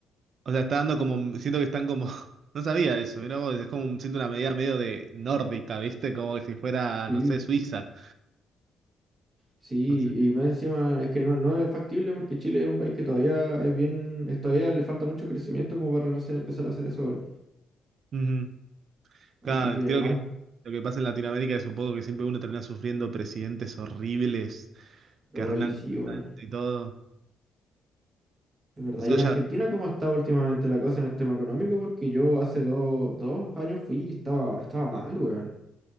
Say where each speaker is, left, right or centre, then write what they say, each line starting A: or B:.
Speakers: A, on the right (about 60°); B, on the right (about 35°).
A: O sea, está dando como, siento que están como, <laughs> no sabía eso, mira vos, es como, siento una medida medio de nórdica, ¿viste? Como que si fuera,
B: Sí.
A: no sé, Suiza.
B: Sí,
A: O sea,
B: y más encima es que no, no es factible porque Chile es un país que todavía es bien, es- todavía le falta mucho crecimiento como para recién empezar a hacer eso, weón.
A: ujú.
B: Así
A: Claro,
B: que
A: creo
B: mal.
A: que lo que pasa en Latinoamérica es un poco que siempre uno termina sufriendo presidentes horribles que
B: Oye,
A: arruinan
B: sí,
A: completamente
B: weón.
A: y todo.
B: Es verdad.
A: Nosotros
B: ¿Y en Argentina
A: ya,
B: cómo ha estado últimamente la cosa en el tema económico? Porque yo hace dos dos años fui y estaba, estaba mal, weón.